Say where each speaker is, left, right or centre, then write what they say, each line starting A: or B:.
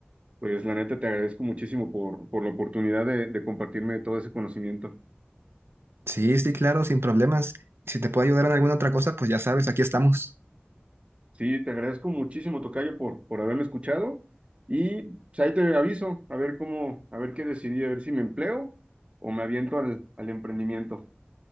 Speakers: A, on the right; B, on the right.
A: pues la neta te agradezco muchísimo por, por la oportunidad de, de compartirme todo ese conocimiento.
B: Sí, sí, claro, sin problemas. Si te puedo ayudar en alguna otra cosa, pues ya sabes, aquí estamos.
A: Sí, te agradezco muchísimo, Tocayo, por, por haberme escuchado. Y pues, ahí te aviso, a ver cómo, a ver qué decidí, a ver si me empleo o me aviento al, al emprendimiento.